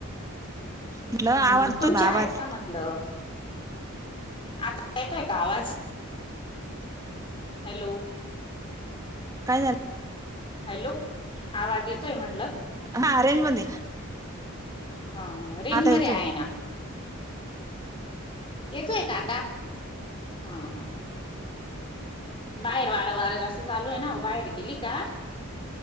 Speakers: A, on the right; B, on the left.
A: म्हटलं आवाज
B: ह्
A: येतोय
B: तुमचे आहेत
A: आवाज
B: का म्हटलं आता येतोय का आवाज हॅलो
A: काय झालं
B: हॅलो आ वाज येतोय मतलब
A: हा ररेंज मंदि
B: हा हा रेंज मध्ये
A: येतोय
B: आहे ना येतोय का आता हा हा बाहेर वारं वारं जास्त चालू आहे ना बाहेर गेली का